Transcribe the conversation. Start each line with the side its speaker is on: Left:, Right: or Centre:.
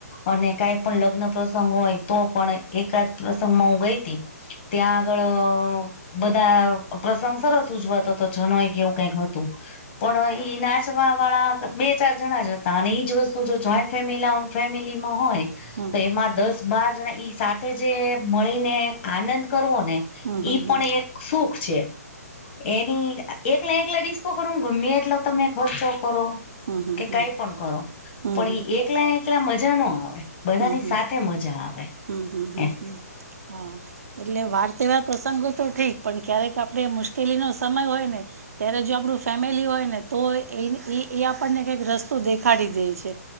Left: અને કઈ પણ લગ્ન પ્રસંગ હોય તો પણ એકાદ પ્ર મું ગઈતી ત્યાં આગળ બધા પ્રસંગ સરસ ઉજવાતો તો જનોઈ એવું કઈક હતું. પણ નાચવા વાળા બે ચાર જણા હતા અને એઈજ વસ્તુ જો જોઈન્ટ ફેમ ફેમિલીમાં હોય.
Right: હમ.
Left: તો એમાં દસ બાર જણા ઈ સાથે જે મળીને આનંદ કરવો ને
Right: હમ હમ
Left: ઈ
Right: હમ
Left: પણ એક સુખ છે એની એકલા એકલા ડીસ્કો કરો ગમે એટલો તમે ખર્ચો કરો.
Right: હમ હમ
Left: કે
Right: હમ
Left: કઈ પણ કરો
Right: હમ હમ
Left: પણ એ એક એકલા એકલા મજા ન આવે બધાની
Right: હમ હમ
Left: સાથે મજા આવે.
Right: હમ, હમ, હમ,
Left: એમ
Right: હમ. હા એટલે વાર તહેવાર પ્રસંગો તો ઠીક પણ ક્યારેક આપણે મુશ્કેલીનો સમય હોય ને ત્યારે જો આપણું ફેમિલી હોય ને તો એ એ આપણને કઈક રસ્તો દેખાડી દે છે.